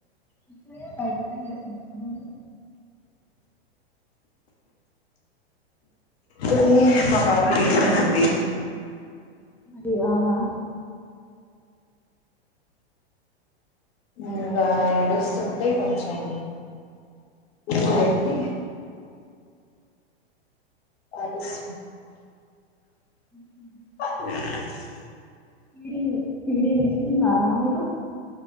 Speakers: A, in the centre; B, on the left.
A: ఇప్పుడే బయటికి వెళ్లేసి వచ్చిన
B: <unintelligible> మా బాబు లేస్తాడండి
A: అది అవునా
B: ఇంకా ఏడుస్తుంటే కొంచెం ఎక్కువేక్కి ఆ థిస్
A: ఉహు
B: <unintelligible>
A: ఫీడింగ్ ఫీడింగ్ ఇస్తున్నారా మీరు